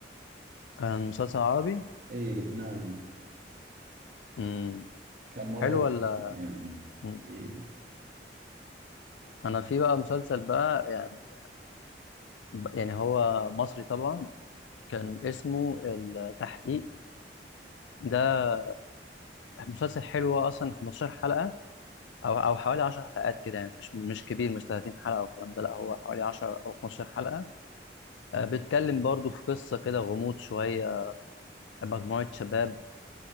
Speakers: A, on the left; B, on the right.
A: آه، مسلسل عربي
B: إي لبناني
A: مم.
B: كان مرة
A: حلو
B: جميل
A: ولا
B: يعني
A: مم.
B: إي
A: انا في بقى مسلسل بقى يعني يعني هو مصري طبعا كان اسمه التحقيق ده مسلسل حلو اصلا 15 حلقة او او حوالي 10 حلقات كده يعني مش مش كبير مش 30 حلقة او الكلام ده لا هو حوالي 10 او 15 حلقة آه، بيتكلم برضو في قصة كده غموض شوية مجموعة شباب